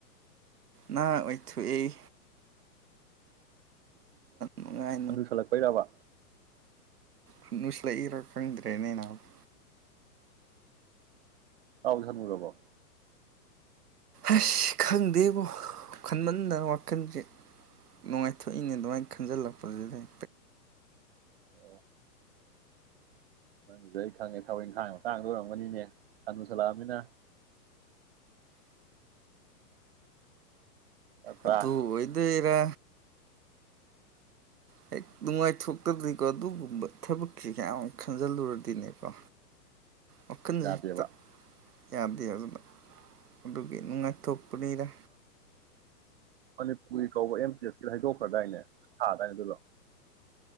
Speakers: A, on the right; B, on the right.
A: ꯅꯍꯥ ꯑꯣꯏꯊ‌ꯣꯛꯑꯦꯌ‌ꯦ ꯅꯨꯡꯉꯥꯏ
B: ꯑ ꯍꯅꯨ ꯁꯜꯂꯛꯄꯩꯔꯕ
A: ꯍꯅꯨꯁꯤꯜꯂꯛꯏꯔꯥ ꯈꯪꯗ꯭ꯔꯦꯅꯦ ꯅꯕ
B: ꯏꯇꯥꯎꯁ‌ꯦ ꯍꯅꯨꯔꯕ‌ꯣ
A: ꯑꯁ ꯈꯪꯗꯦꯕꯣ ꯈꯟꯃꯟꯗꯅ ꯋꯥꯈꯜꯁꯦ ꯅꯨꯡꯉꯥꯏꯊꯣꯛꯏꯅꯦ ꯑꯗꯨꯃꯥꯏꯅ ꯈꯟꯖꯤꯜꯂꯛꯄꯁꯤ ꯂꯩ
B: ꯑꯣ ꯅꯪꯁꯤꯗ ꯑꯩ ꯈꯪꯉꯦ ꯊꯕꯛ ꯏꯪꯈꯥꯡꯒꯤ ꯃꯇꯥꯡꯗ ꯑꯣꯏꯔꯝꯒꯅꯤꯅꯦ ꯍꯅꯨꯁꯜꯂꯛꯑꯃꯤꯅ ꯅꯠꯇ꯭ꯔꯥ
A: ꯑꯗꯨ ꯑꯣꯏꯗꯨꯏꯔꯥ ꯍ‌ꯦꯛ ꯅꯨꯡꯉꯥꯏꯊꯣꯛꯇꯗ꯭ꯔꯤꯀꯣ ꯑꯗꯨꯒꯨꯝꯕ ꯊꯕꯛꯀꯤ ꯀꯌꯥꯃꯨꯛ ꯈꯟꯖꯤꯜꯂꯨꯔꯗꯤꯅꯦꯀꯣ ꯋꯈꯜꯁ‌ꯦ
B: ꯌꯥꯗꯦꯕ
A: ꯍ‌ꯦꯛꯇ ꯌꯥꯗ‌ꯦꯕ ꯑꯗꯨꯒꯤ ꯅꯨꯡꯉꯥꯏꯊꯣꯛꯄꯅꯤꯗ
B: ꯃꯅꯤꯄꯨꯔꯅ ꯀꯧꯕ ꯑꯦꯝ ꯇꯤ ꯑꯦꯁꯀꯤ ꯍꯥꯏꯗꯣꯛꯈ꯭ꯔꯗꯥꯥꯏꯅꯦ ꯊꯥꯗꯥꯏꯅꯦ ꯑꯗꯨꯗ‌ꯣ